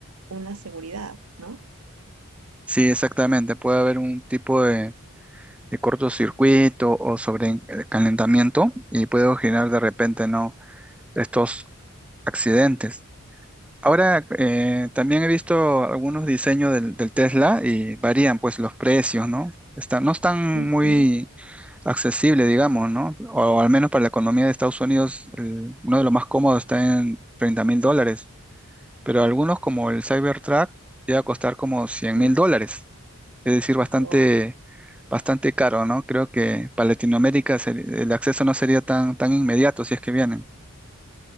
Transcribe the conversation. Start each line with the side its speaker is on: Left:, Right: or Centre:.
Right: una seguridad, ¿no?
Centre: Sí, exactamente. Puede haber un tipo de, de cortocircuito o sobrecalentamiento y puede generar de repente, ¿no? Estos accidentes. Ahora eh, también he visto algunos diseños del, del Tesla y varían pues los precios, ¿no? Están, no están
Right: Ujú,
Centre: muy accesibles, digamos, ¿no? O al menos para la economía de Estados Unidos, el- uno de los más cómodos está en treinta mil dólares, pero algunos como el Cybertruck llega a costar como cien
Right: ujú.
Centre: mil dólares, es decir, bastante,
Right: Wow,
Centre: bastante caro, ¿no? Creo que para Latinoamérica se- el acceso no sería tan, tan inmediato si es que vienen.